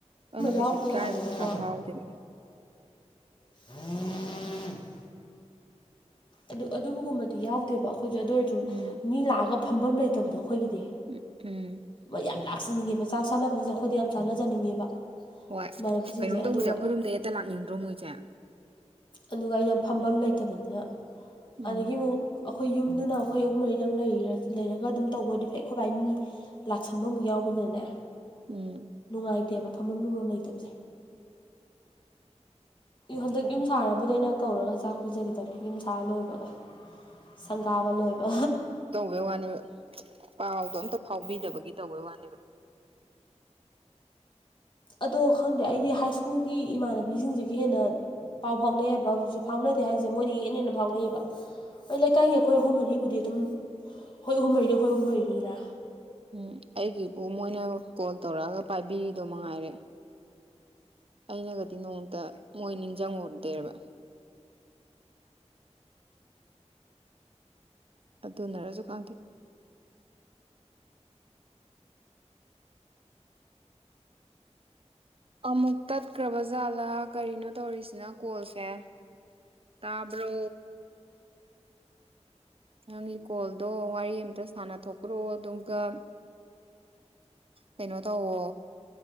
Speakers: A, on the right (about 50°); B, on the left (about 40°).
A: ꯑꯗꯨꯅ ꯀꯩꯁꯨ
B: ꯌꯥꯎꯗꯦ
A: ꯏꯀꯥꯏꯕ
B: ꯍꯥꯏꯕꯗꯤꯀꯣ
A: ꯀꯩꯀꯥ ꯐꯥꯎꯗꯦꯕ
B: ꯑꯣꯥ ꯑꯗꯨ ꯑꯗꯨꯕꯨꯒꯨꯝꯕꯗꯤ ꯌꯥꯎꯗꯦꯕ ꯑꯩꯈꯣꯏꯁꯨ ꯑꯗꯨ ꯑꯣꯏꯔꯁꯨ
A: ꯎꯝ
B: ꯂꯥꯛꯑ ꯐꯐꯝ ꯂꯩꯇꯕꯗꯣ ꯑꯩꯈꯣꯏꯒꯤ
A: ꯎꯝ ꯎꯝ
B: ꯃꯣꯏ ꯌꯥꯝ ꯂꯥꯛꯆꯅꯤꯡꯉꯦꯕ ꯆꯥꯛ ꯁꯥꯟꯅꯕ ꯍꯧꯖꯤꯛ ꯑꯩꯈꯣꯏꯗ ꯌꯥꯝ ꯆꯥꯟꯅꯖꯅꯤꯡꯉꯦꯕ
A: ꯍꯣꯏ
B: ꯏꯃꯥꯟꯅꯕꯤꯁꯤꯡꯁꯦ
A: ꯀꯩꯅꯣꯝ
B: ꯑꯗꯨꯒ
A: ꯇꯧꯕꯁꯦ ꯑꯩꯈꯣꯏꯔꯣꯝꯗ ꯍꯦꯛꯇ ꯂꯥꯛꯅꯤꯡꯗ꯭ꯔꯣ ꯃꯣꯏꯁꯦ
B: ꯑꯗꯨꯒ ꯑꯩꯅ ꯐꯝꯐꯝ ꯂꯩꯇꯕꯅꯤꯅ
A: ꯎꯝ
B: ꯑꯗꯒꯤ ꯑꯃꯨꯛ ꯑꯩꯈꯣꯏ ꯌꯨꯝꯗꯨꯅ ꯑꯩꯈꯣꯏ ꯑꯍꯨꯝ ꯃꯔꯤꯗꯪ ꯂꯩꯔꯒ ꯑꯗꯨꯝ ꯇꯧꯕꯗꯤ ꯐꯩ ꯑꯩꯈꯣꯏ ꯚꯥꯏ ꯃꯤ ꯂꯥꯛꯁꯟꯕ ꯑꯃꯨꯛ ꯌꯥꯎꯕꯅꯤꯅꯅꯦ
A: ꯎꯝ
B: ꯅꯨꯡꯉꯥꯏꯇꯦꯕ ꯐꯝꯐꯝ ꯂꯨꯐꯝ ꯂꯩꯇꯕꯁꯦ ꯍꯟꯗꯛ ꯌꯨꯝ ꯁꯥꯔꯕꯗ ꯑꯩꯅ ꯀꯧꯔꯒ ꯆꯥꯛ ꯄꯤꯖꯒꯗꯕꯅꯦ ꯌꯨꯝ ꯁꯥꯔ ꯂꯣꯏꯕꯒ ꯁꯪꯒꯥꯕ ꯂꯣꯏꯕ
A: ꯇꯧꯕꯦ ꯋꯥꯅꯦꯕ ꯄꯥꯎꯗꯣ ꯑꯝꯇ ꯐꯥꯎꯕꯤꯗꯕꯒꯤ ꯇꯧꯕꯩ ꯋꯥꯅꯦꯕ
B: ꯑꯗꯣ ꯈꯪꯗꯦ ꯑꯩꯗꯤ ꯍꯥꯏ ꯁ꯭ꯀꯨꯜꯒꯤ ꯏꯃꯥꯟꯅꯕꯤꯁꯤꯡꯁꯤꯒ ꯍꯦꯟꯅ ꯄꯥꯎ ꯐꯥꯎꯅꯩ ꯍꯥꯏꯕꯁꯨ ꯐꯥꯎꯅꯗꯦ ꯍꯥꯏꯁꯦ ꯃꯣꯏꯅ ꯍꯦꯟꯅ ꯍꯦꯟꯅ ꯐꯥꯎꯅꯩꯌꯦꯑꯕ ꯍꯣꯏ ꯂꯩꯀꯥꯏꯒꯤ ꯑꯩꯈꯣꯏ ꯑꯍꯨꯝ ꯃꯔꯤꯕꯨꯗꯤ ꯑꯗꯨꯝ ꯑꯩꯈꯣꯏ ꯑꯍꯨꯝ ꯃꯔꯤꯗꯤ ꯑꯩꯈꯣꯏ ꯑꯍꯨꯝ ꯃꯔꯤꯗꯨꯒꯤꯅ
A: ꯎꯝ ꯑꯩꯒꯤꯕꯨ ꯃꯣꯏꯅ ꯀꯣꯜ ꯇꯧꯔꯛꯑꯒ ꯄꯥꯏꯕꯤꯔꯤꯗꯣ ꯃꯉꯥꯏꯔꯦ ꯑꯩꯅꯒꯗꯤ ꯅꯣꯡꯃꯇ ꯃꯣꯏ ꯅꯤꯡꯁꯤꯡꯍꯧꯗꯦꯕ ꯑꯗꯨꯅꯔꯁꯨ ꯈꯪꯗꯦ ꯑꯃꯨꯛ ꯇꯠꯈ꯭ꯔꯕ ꯖꯥꯠꯂꯥ ꯀꯔꯤꯅꯣ ꯇꯧꯔꯤꯁꯤꯅ ꯀꯣꯜꯁꯦ ꯇꯥꯕ꯭ꯔꯣ ꯅꯪꯒꯤ ꯀꯣꯜꯗꯣ ꯋꯥꯔꯤ ꯑꯃꯝꯇ ꯁꯥꯟꯅꯊꯣꯛꯈ꯭ꯔꯣ ꯑꯗꯨꯒ ꯀꯩꯅꯣ ꯇꯧꯋꯣ